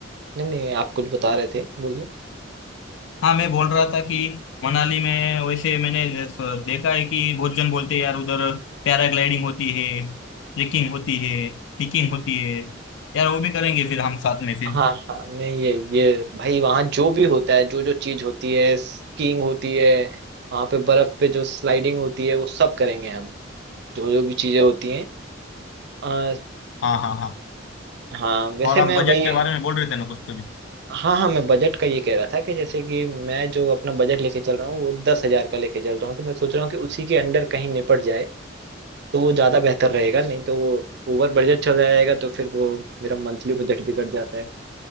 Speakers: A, on the right; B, on the left.
A: नहीं नहीं आप कुछ बता रहे थे बोलिए
B: हाँ मैं बोल रहा था कि मनाली में वैसे मैंने जैस- देखा है कि बहुत जन बोलते हैं यार उधर पैराग्लाइडिंग होती है ट्रेकिंग होती है पिकिंग होती है यार वो भी करेंगे फिर हम साथ में फिर
A: हाँ हाँ नहीं ये ये भाई वहाँ जो भी होता है जो जो चीज होती है स्कीइंग होती है वहाँ पे बर्फ पे जो स्लाइडिंग होती है वो सब करेंगे हम जो जो भी चीजें होती हैं आ,
B: हाँ हाँ हाँ
A: हाँ वैसे
B: और आप
A: मैं
B: बजट
A: वही
B: के बारे में बोल रहे थे ना कुछ तो भी
A: हाँ हाँ मैं बजट का ये कह रहा था कि जैसे कि मैं जो अपना बजट लेके चल रहा हूँ वो दस हजार का लेके चल रहा हूँ तो मैं सोच रहा हूँ कि उसी के अंडर कहीं निपट जाए तो वो ज्यादा बेहतर रहेगा नहीं तो वो ओवर बजट चला जाएगा तो फिर वो मेरा मंथली बजट बिगड़ जाता है